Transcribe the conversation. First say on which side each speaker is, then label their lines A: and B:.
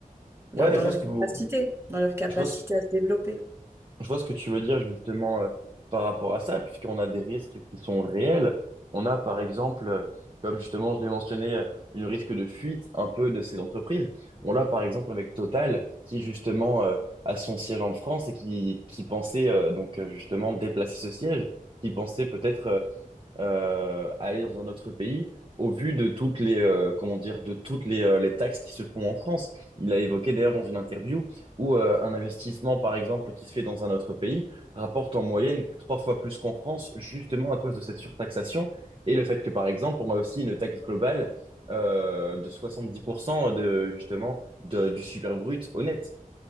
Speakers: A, on the right; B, on the right.
A: leur-
B: Ouais,
A: dans
B: je vois
A: leur
B: ce que
A: capacité,
B: vous,
A: dans leur capacité
B: je vois ce,
A: à se développer.
B: Je vois ce que tu veux dire justement euh, par rapport à ça, puisqu'on a des risques qui sont réels. On a par exemple, euh, comme justement je l'ai mentionné, euh, une risque de fuite un peu de ces entreprises. On l'a par exemple avec Total, qui justement euh, a son siège en France et qui, qui pensait euh, donc euh, justement déplacer ce siège, qui pensait peut-être euh, euh, aller dans un autre pays au vu de toutes les euh, comment dire de toutes les, euh, les taxes qui se font en France. Il a évoqué d'ailleurs dans une interview où euh, un investissement par exemple qui se fait dans un autre pays rapporte en moyenne trois fois plus qu'en France justement à cause de cette surtaxation et le fait que par exemple on a aussi une taxe globale euh, de 70% de justement de, du super brut honnête